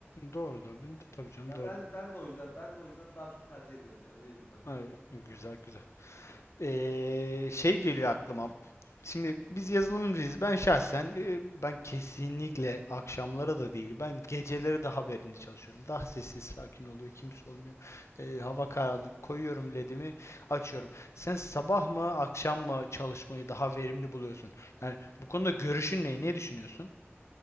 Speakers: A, on the left; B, on the left.
A: Doğru da tabii canım
B: Ya
A: doğru.
B: ben de ben de o yüzden ben de o yüzden daha çok tercih ediyorum yani öyle diyeyim ben sana
A: Ay, Güzel
B: Erkan.
A: güzel. Ee, şey geliyor aklıma. Şimdi biz yazılımcıyız. Ben şahsen e, ben kesinlikle akşamlara da değil. Ben geceleri daha verimli çalışıyorum. Daha sessiz sakin oluyor. Kimse olmuyor. Ee, hava karanlık. Koyuyorum ledimi. Açıyorum. Sen sabah mı akşam mı çalışmayı daha verimli buluyorsun? Yani bu konuda
B: Kankam,
A: görüşün ne? Ne düşünüyorsun?